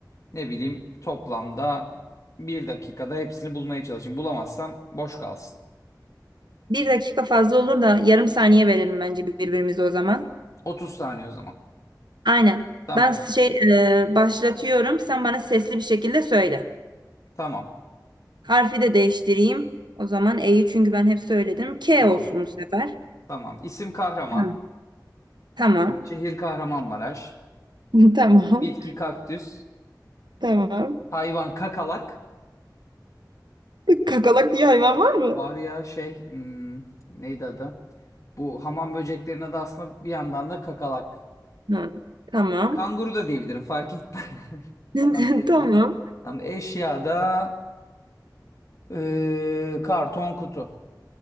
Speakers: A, on the left; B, on the right.
A: Ne bileyim toplamda bir dakikada hepsini bulmaya çalışayım. Bulamazsam boş kalsın.
B: Bir dakika fazla olur da yarım saniye verelim bence birbirimize o zaman.
A: 30 saniye o zaman.
B: Aynen.
A: Tamam,
B: Ben şey e, başlatıyorum. Sen bana sesli bir şekilde söyle.
A: tamam,
B: Harfi de değiştireyim. O zaman E'yi çünkü ben hep söyledim. K
A: Tamam.
B: olsun bu sefer.
A: tamam. İsim kahraman.
B: Tamam. Tamam.
A: Şehir Kahramanmaraş.
B: <laughs> Tamam.
A: Bitki kaktüs.
B: Tamam.
A: Hayvan kakalak.
B: Kakalak diye hayvan var mı?
A: Var ya şey hmm, neydi adı? Bu hamam böceklerine de aslında bir yandan da kakalak.
B: Hı, Tamam.
A: Kanguru da diyebilirim fark etmez. <laughs>
B: <laughs>
A: Fark etmez.
B: Tamam.
A: Yani eşyada eee, karton kutu.